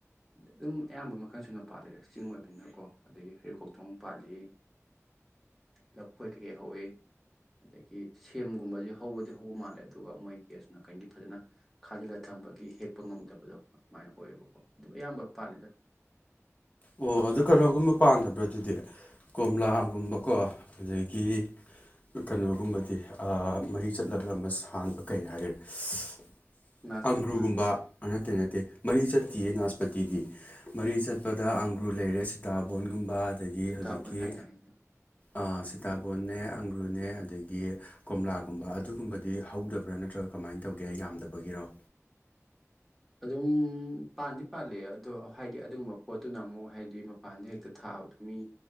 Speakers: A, in the centre; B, on the left (about 30°).
A: ꯑꯗꯨꯝ ꯑꯌꯥꯝꯕ ꯃꯈꯜ ꯁꯨꯅ ꯄꯥꯜꯂꯤꯗ ꯆꯤꯡ ꯑꯣꯏꯕꯅꯤꯅꯀꯣ ꯑꯗꯒꯤ ꯍꯩꯔꯤꯀꯣꯛꯊꯣꯡ ꯄꯥꯜꯂꯤ ꯂꯐꯣꯏ ꯀꯩꯀꯩ ꯍꯧꯏ ꯑꯗꯒꯤ ꯁꯦꯝꯒꯨꯝꯕꯖꯦ ꯍꯧꯕꯗꯤ ꯍꯧꯕ ꯃꯥꯜꯂꯦ ꯑꯗꯨꯒ ꯃꯣꯏꯒꯦꯁ ꯅꯥꯀꯟꯒꯤ ꯐꯖꯅ ꯈꯥꯖꯤꯜꯂ ꯊꯝꯕꯒꯤ ꯍꯦꯛꯄ ꯉꯝꯗꯕꯗꯣ ꯑꯗꯨꯃꯥꯏꯅ ꯑꯣꯏꯌꯦꯕꯀꯣ ꯑꯗꯨ ꯑꯌꯥꯝꯕ ꯄꯥꯜꯂꯤꯗ
B: ꯑꯣ ꯑꯗꯨ ꯀꯩꯅꯣꯒꯨꯝꯕ ꯄꯥꯟꯗꯕ꯭ꯔꯥ ꯑꯗꯨꯗꯤ ꯀꯣꯝꯂꯥꯒꯨꯝꯕꯀꯣ ꯑꯗꯒꯤ ꯀꯩꯅꯣꯒꯨꯝꯕꯗꯤ ꯑꯥ ꯃꯔꯤ ꯆꯠꯂꯒ ꯑꯃ ꯁꯥꯡꯕ ꯀꯩ ꯍꯥꯏꯔꯦ ꯁꯤꯁ
A: ꯅꯥꯁꯄꯇꯤ
B: ꯑꯪꯒ꯭ꯔꯨꯒꯨꯝꯕ ꯅꯠꯇꯦ
A: ꯎꯝ
B: ꯅꯠꯇꯦ ꯃꯔꯤ ꯆꯠꯇꯤꯌꯦ ꯅꯥꯁꯄꯇꯤꯗꯤ ꯃꯔꯤ ꯆꯠꯄꯗ ꯑꯪꯒ꯭ꯔꯨ ꯂꯩꯔꯦ ꯁꯤꯇꯥꯕꯣꯟꯒꯨꯝꯕ ꯑꯗꯒꯤ
A: ꯁꯨꯇꯥꯕꯣꯟ
B: ꯍꯧꯖꯤꯛꯀꯤ
A: ꯍꯥꯏꯅꯦ ꯍꯥꯏꯁꯦ
B: ꯑꯥ ꯁꯤꯇꯥꯕꯣꯟꯅꯦ ꯑꯪꯒ꯭ꯔꯨꯅꯦ ꯑꯗꯒꯤ ꯀꯣꯝꯂꯥꯒꯨꯝꯕ ꯑꯗꯨꯒꯨꯝꯕꯗꯤ ꯍꯧꯗꯕ꯭ꯔꯥ ꯅꯠꯇ꯭ꯔꯒ ꯀꯃꯥꯏꯟ ꯇꯧꯒꯦ ꯌꯥꯝꯗꯕꯒꯤꯔꯣ
A: ꯑꯗꯨꯝ ꯄꯥꯟꯗꯤ ꯄꯥꯜꯂꯦ ꯑꯗꯣ ꯍꯥꯏꯗꯤ ꯑꯗꯨꯒꯨꯝꯕ ꯄꯣꯠꯇꯨꯅ ꯑꯃꯨꯛ ꯍꯥꯏꯗꯤ ꯃꯄꯥꯟꯗ ꯍꯦꯛꯇ ꯊꯥꯕꯗꯨ ꯃꯤ